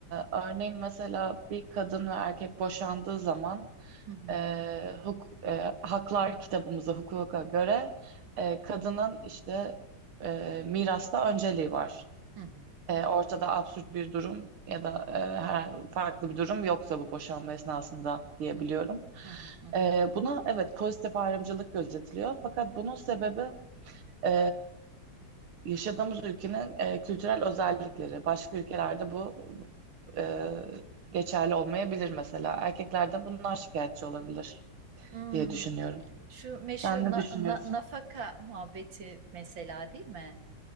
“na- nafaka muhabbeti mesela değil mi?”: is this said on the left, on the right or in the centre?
Right